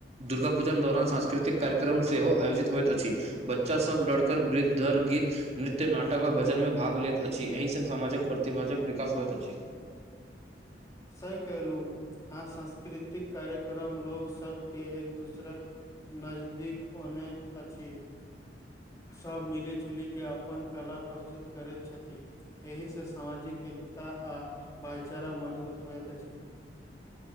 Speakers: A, on the right; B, on the left.
A: दुर्गा पूजा दौरान सांस्कृतिक कार्यक्रम सेहो आयोजित होइत अछी। बच्चा सब लड़कर वृद्ध धर गीत- नृत्य नाटक आ भजन में भाग लेैत अछी। एहि स समाजक प्रतिभाजक विकास होइत अछी।।
B: से कलहु हँ संस्कृतिक कार्यक्रम लोक सबके एक दोसरक- नजदीक अनैत अछी। सब मिली जुली क अप- पन कला प्रस्तुत करैत छथी। एहि स सामाजिक एकता आ भाईचारा मजबूत होइत अछि।